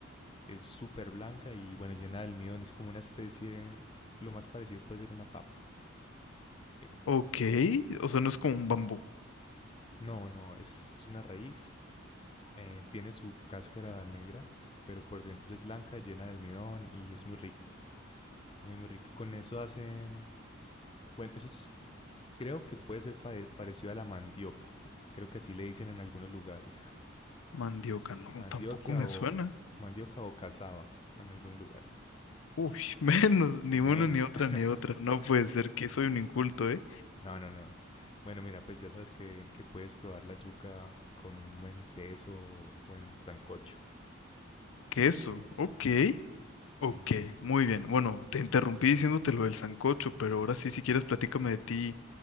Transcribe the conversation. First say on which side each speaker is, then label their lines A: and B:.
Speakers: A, on the left; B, on the left.
A: es súper blanca y bueno, llena de almidón. Es como una especie, lo más parecido puede ser una papa. Eh,
B: Ok, o sea, no es como un bambú.
A: no, no, es, es una raíz. eh, tiene su cáscara negra, pero por dentro es blanca, llena de almidón y es muy rica. Muy, muy rica. Con eso hacen, bueno, eso es Creo que puede ser pare- parecido a la mandioca. Creo que así le dicen en algunos lugares.
B: Mandioca, no,
A: Mandioca
B: tampoco me suena.
A: o mandioca o cazaba en algunos lugares.
B: Uy, <laughs> menos, ni uno
A: Menos.
B: ni otra,
A: <laughs>
B: ni otra. No puede ser que soy un inculto, ¿eh?
A: No, no, no. Bueno, mira, pues ya sabes que, que puedes probar la yuca con un buen queso o buen sancocho.
B: Queso, ok.
A: Sí,
B: Ok,
A: sí.
B: muy bien. Bueno, te interrumpí diciéndote lo del sancocho, pero ahora sí, si quieres, platícame de ti.